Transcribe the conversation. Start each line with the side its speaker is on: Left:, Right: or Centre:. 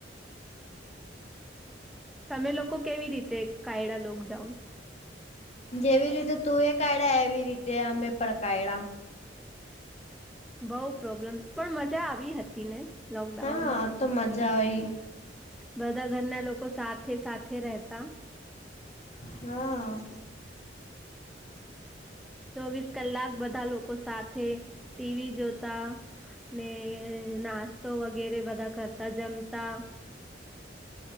Centre: તમે લોકો કેવી રીતે કાયડા લોકડાઉન?
Left: જેવી રીતે તું એ કાયદા એવી રીતે અમે પ કાયદા.
Centre: બઉ પ્રોબ્લેમ, પણ મજા આવી હતી ને. લોકડાઉનમાં
Left: હા તો મજા હોય
Centre: બધા ઘરના લોકો સાથે સાથે રહેતા
Left: હા.
Centre: ચોવીસ કલાક બધા લોકો સાથે ટીવી જોતા ને નાસ્તો વગેરે બધા કરતા જમતા